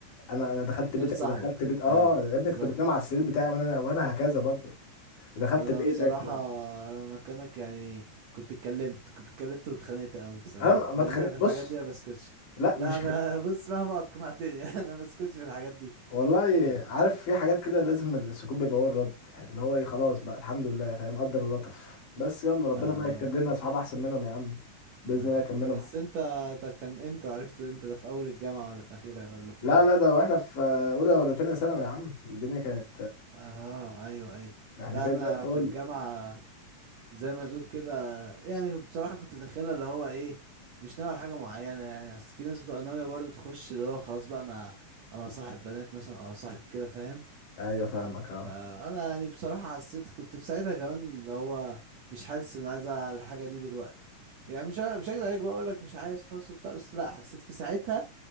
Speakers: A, on the left; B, on the right.
A: انا انا دخلت
B: اخترت
A: بيتك
B: صاحبك
A: ودخلت بيت اه
B: ايوه
A: يا ابني
B: بالظبط
A: كنت بتنام على السرير بتاعي وانا وانا هكذا برضه ودخلت
B: انا
A: بيتك
B: بصراحه
A: و...
B: انا مكانك يعني كنت اتكلمت كنت اتكلمت واتخانقت قوي بصراحه
A: انا ما ما
B: لان
A: اتخانق
B: أنا في
A: بص
B: الحاجات دي ما بسكتش
A: لا
B: لا
A: مش
B: انا
A: خ-
B: <laughs> بص مهما اقنعتني <laughs> انا ما بسكتش في الحاجات دي
A: والله
B: <laughs>
A: عارف في حاجات كده لازم السكوت بيبقى هو الرد يعني اللي هو ايه خلاص بقى الحمد لله فاهم قدر ولطف بس يلا ربنا
B: آه
A: بقى يكتب لنا اصحاب احسن منهم يا عم باذن
B: أيوة.
A: الله يكملهم
B: بس انت ده كان امتى عرفته امتى ده في اول الجامعه ولا في اخرها ولا في
A: لا
B: امتى
A: لا ده واحنا في اولى ولا تانية ثانوي يا عم الدنيا كانت
B: اه ايوه ايوه
A: ده احنا
B: لا
A: كده
B: انا
A: زي الفل
B: في الجامعه زي ما تقول كده يعني بصراحة كنت داخلها اللي هو ايه مش ناوي على حاجة معينة يعني اصل في ناس بتبقى ناوية برضه تخش اللي هو خلاص بقى انا انا صاحب بنات مثلا او صاحب كده فاهم
A: ايوه فاهمك اه
B: فانا يعني بصراحة حسيت كنت في ساعتها كمان اللي هو مش حاسس ان عايز الحاجة دي دلوقتي يعني مش ه- مش هكدب عليك واقول لك مش عايز خلاص وبتاع بس لا حسيت في ساعتها